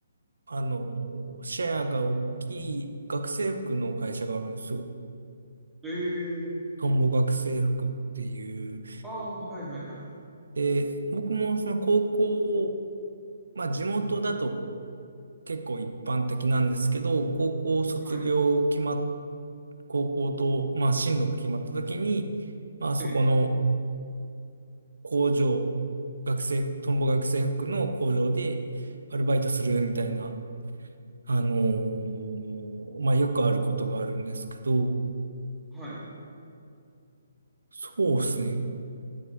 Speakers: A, on the right; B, in the centre.
A: あの、シェアが大きい学生服の会社があるんですよ。
B: えー
A: トンボ学生服っていう。
B: ああ、はいはいはいはい。
A: で、僕もその高校、まあ地元だと結構一般的なんですけど、高校卒業決まっ、
B: はい、
A: 高校と、まあ進路が決まった時に、まあそこの
B: ええ
A: 工場、学生、トンボ学生服の工場でアルバイトするみたいな、あのーまあ、よくあることがあるんですけど、
B: はい、
A: そうですね。